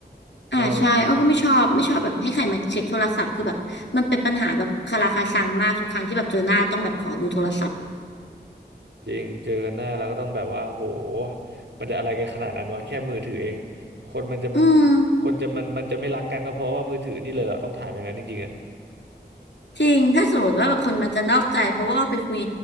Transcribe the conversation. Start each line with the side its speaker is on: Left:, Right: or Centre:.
Right: เออ
Left: อ่าใช่อ้อก็ไม่ชอบไม่ชอบแบบให้ใครมาเช็คโทรศัพท์คือแบบมันเป็นปัญหาแบบคาราคาซังมากทุกครั้งที่แบบเจอหน้าต้องแบบขอดูโทรศัพท์
Right: จริงเจอกันหน้าแล้วก็ต้องแบบว่าโหมันจะอะไรกันขนาดนั้นวะแค่มือถือเองคนมันจะ
Left: อืม
Right: คนจะมันมันจะไม่รักกันก็เพราะว่ามือถือนี่เลยเหรอต้องถามอย่างนั้นจริงๆอ่ะ
Left: จริงถ้าสมมติว่าแบบคนมันจะนอกใจเพราะว่าไปคุย